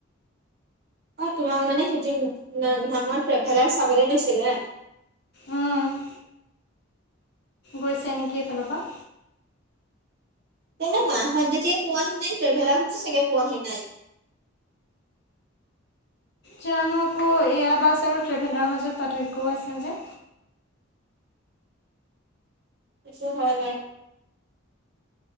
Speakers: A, on the right; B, on the left.
A: অ', তোমাক মানে সেতি না নামত ট্ৰেভেলাৰ চাবলৈ দিছিলে।
B: উম, গৈছে নেকি এফালৰ পৰা?
A: তেনে মাহঁত যেতিয়া পোৱাহি নাই ট্ৰেভেলাৰ খনো চাগে পোৱাহি নাই।
B: জানো আকৌ এয়া বাছ আৰু ট্ৰেভেলাৰৰ মাজত পাৰ্থক্যও আছে যে।
A: সিটো হৈ যায়।